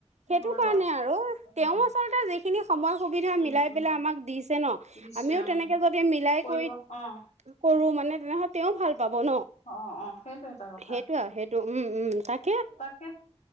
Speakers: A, on the right (about 80°); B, on the left (about 80°).
A: সেইটো
B: হয়
A: কাৰণে
B: বাৰু
A: আৰু,
B: অ
A: তেওঁ আচলতে যি- খিনি সময় সুবিধা
B: উম
A: মিলাই
B: উম
A: পেলাই আমাক দিছে ন,
B: দিছে
A: আমিও
B: উম
A: তেনেকে যদি মিলাই-
B: কৰিব
A: কৰি
B: অঁ'।
A: কৰো মানে তেনেহ'লে তেওঁ ভাল পাব ন?
B: অ অ সেইটো এটা কথা
A: সেইটো আৰু সেইটো উম উম, তাক-
B: তাকে,